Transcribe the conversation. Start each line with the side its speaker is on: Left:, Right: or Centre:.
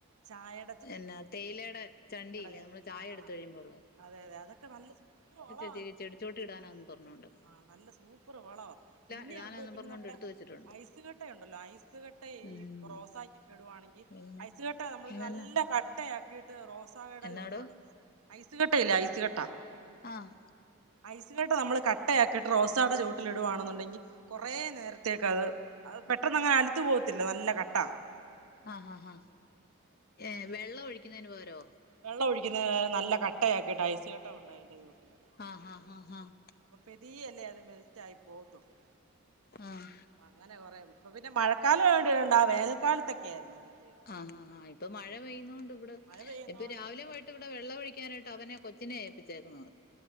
Right: ചായേ
Left: എന്നാ തേയ്ലേട ചണ്ടിയില്ലേ
Right: ചണ്ടി
Left: ഞമള് ചായ
Right: ആഹ്
Left: ഇട്ത്ത്
Right: ആഹ്
Left: കഴിയുമ്പോള്ള.
Right: അതെ അതെ അതെക്ക നല്ലത് കോളാ
Left: ഇത് <unintelligible> ചെടിച്ചോട്ടി ഇടാനാന്നും പറ്ഞ്ഞോണ്ട്.
Right: ആ നല്ല സൂപ്പറ് വളവാ. പിന്നെ
Left: ഇടാനാന്നും
Right: ഒണ്ട് പിന്നെ
Left: പറഞ്ഞോണ്ട്
Right: നമ്മുടെ
Left: എടുത്ത് വെച്ചിട്ടുണ്ട്
Right: ഐസ്കട്ടെ ഒണ്ടല്ലോ ഐസ്കെട്ട ഈ
Left: ഉം
Right: പ്രോസാക്ക്ക്ക്ടുവാണെങ്കി
Left: പിന്നെ
Right: ഐസ്ക ട്ട നമ്മള്
Left: ഇന്നെന്നാ
Right: നല്ല കട്ടയാക്കിട്ട് റോസായ്ട
Left: എന്നാടോ
Right: ചോട്ടിലൊ <unintelligible> ന്ന് ഐസ്കട്ട ഇല്ലെ ഐസ്കട്ട
Left: ആഹ്
Right: ഐസ്കട്ട നമ്മള് ക ട്ട ആക്കിയിട്ട് റോസാട ചോട്ടിലിടുവാണെന്ന്ണ്ടെങ്കി കൊറേ നേരത്തേക്ക് അത് അത് പെട്ടെന്നങ്ങ് അലുത്ത് പോകത്തില്ല നല്ല കട്ട.
Left: ആ ഹാ ഹാ ഏ വെള്ളൊഴ്ക്ക്ന്നെന് പകരോ.
Right: വെള്ളൊഴിക്ക്ന്നത് നല്ല കട്ടയാക്കിയിട്ട് ഐസ് കട്ട കൊണ്ടയ്ന്റ ചോട്ട്ല്
Left: ആഹ് ഹ ഹ ആഹ്
Right: അപ് പെതീയെലെ. അത് മെൽറ്റായ് പോത്തൊള്ളു.
Left: ആഹ്
Right: അങ്ങന കൊറെ. ഇപ്പ പിന്ന മഴക്കാലവായോണ്ടിടണ്ട ആ വേനൽക്കാലത്തെക്കെയാര്ന്ന് അങ്ങന ചെയ്യല്.
Left: ആഹാ ഹ. ഇപ്പം മഴ പെയ്ന്നോണ്ട് ഇബ്ട്
Right: മഴ പെയ്യുന്നോണ്ട്
Left: ഇപ്പ രാവിലെ
Right: കൊഴപ്പ
Left: പൊയ്ട്ട് ഇവ്ട വെള്ള ഒഴി ക്കാനായിട്ട് അവനെ കൊച്ച്നെ ഏപ്പിച്ചേക്ക്ന്നത്.